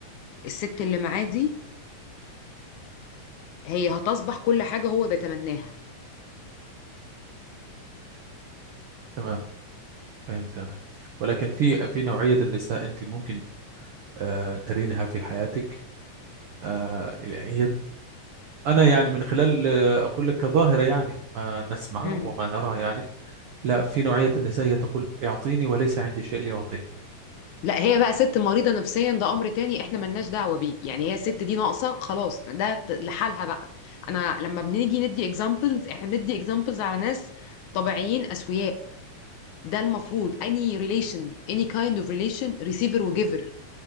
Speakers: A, on the left; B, on the right.
A: الست اللي معاه دي هي هتصبح كل حاجة هو بيتمناها
B: تمام فهمت أنا ولكن في في نوعية النساء أنت ممكن آه، ترينها في حياتك آه، يعني هي أنا يعني من خلال آه، أقول لك كظاهرة يعني ما نسمع
A: مم.
B: وما نراها يعني لا في نوعية النساء هي تقول اعطيني وليس عندي شيء لأعطيه
A: لا هي بقى ست مريضة نفسيا ده أمر تاني إحنا ملناش دعوة بيه يعني هي الست دي ناقصة خلاص ده ت- لحالها بقى أنا لما بنيجي ندي examples إحنا بندي examples على ناس طبيعيين أسوياء ده المفروض any relation any kind of relation receiver وgiver